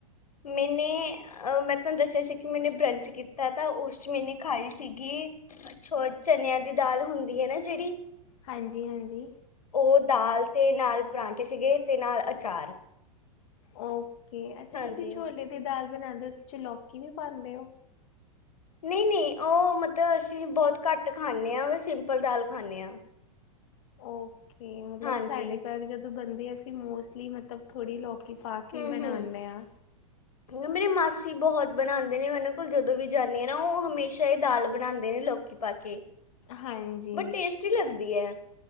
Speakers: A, on the left; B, on the left.
A: ਮੈਨੇ ਅ ਅਹ ਮੈਂ ਤੁਹਾਨੂੰ ਦੱਸਿਆ ਸੀ ਕਿ ਮੈਨੇ ਬਰੰਚ ਕੀਤਾ ਤਾਂ ਉਸ ਚ ਮੈਨੇ ਖਾਈ ਸੀਗੀ ਅੱਛਾ ਓ ਚਨਿਆਂ ਦੀ ਦਾਲ ਹੁੰਦੀ ਹੈ ਨਾ ਜਿਹੜੀ
B: ਹਾਂਜੀ ਹਾਂਜੀ
A: ਓ ਦਾਲ ਤੇ ਨਾਲ ਪਰਾਂਠੇ ਸੀਗੇ ਤੇ ਨਾਲ ਅਚਾਰ।
B: ਓਕੇ, ਅੱਛਾ
A: ਹਾਂਜੀ।
B: ਤੁਸੀਂ ਛੋਲੇ ਦੀ ਦਾਲ ਬਣਾਉਂਦੇ ਓ ਉਸ ਚ ਚਲੌਕੀ ਵੀ ਪਾਉਦੇ ਓ?
A: ਨੀ-ਨੀ ਉਹ ਮਤਲਬ ਅਸੀਂ ਬਹੁਤ ਘੱਟ ਖਾਂਨੇ ਆ ਸਿੰਪਲ ਦਾਲ ਖਾਂਨੇ ਆ।
B: ਓਕੇ ਮਤਲਬ
A: ਹਾਂਜੀ,
B: ਸਾਡੇ ਘਰ ਜਦੋਂ ਬੰਦੀ ਅਸੀਂ ਮੋਸਟਲੀ ਮਤਲਬ ਥੋੜੀ ਲੋਕ ਕੇ ਪਾ ਕੇ
A: ਹੂੰ-ਹੂੰ।
B: ਬਣਾਉਦੇ ਆ।
A: <inaudible> ਮੇਰੇ ਮਾਸੀ ਬਹੁਤ ਬਣਾਉਂਦੇ ਨੇ ਮੈਂ ਉਹਨਾਂ ਕੋਲ ਜਦੋਂ ਵੀ ਜਾਂਦੀ ਹਾਂ ਨਾ ਉਹ ਹਮੇਸ਼ਾ ਇਹ ਦਾਲ ਬਣਾਉਂਦੇ ਨੇ ਲੋਕ ਪੀ ਪਾ ਕੇ
B: ਹਾਂਜੀ
A: ਬਟ ਟੇਸਟੀ ਲੱਗਦੀ ਹੈ